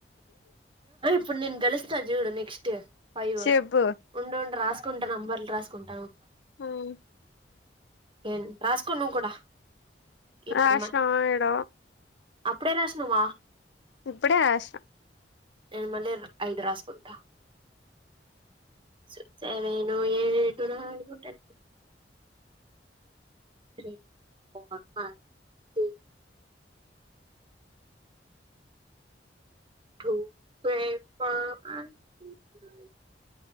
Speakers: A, on the right; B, on the left.
A: ఇప్పుడు నేను గెలుస్తా చూడు నెక్స్ట్ ఫైవ్
B: చెప్పు
A: ఉండు ఉండు రాసుకుంటా నంబర్లు రాసుకుంటా
B: ఉను
A: ఏం రాసుకో నువ్వు కూడా ఇప్పుడు
B: రాసిన ఇడ
A: అప్పుడే రాసినావ
B: ఇప్పుడే రాసిన
A: నిను మళ్ళీ అయిదు రాసుకుంటా సెవెను ఎయిట్ వారుకుంటాయి త్రీ ఫోర్ ఆ six two three four one two